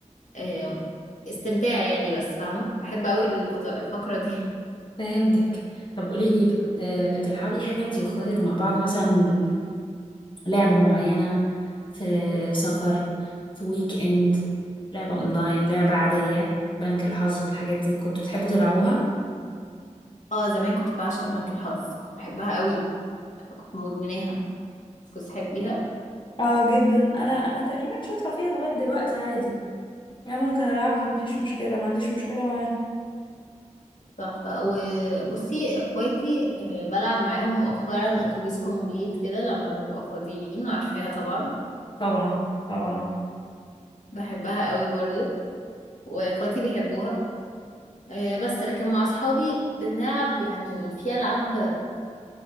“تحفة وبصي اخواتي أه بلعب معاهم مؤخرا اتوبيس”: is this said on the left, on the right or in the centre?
Left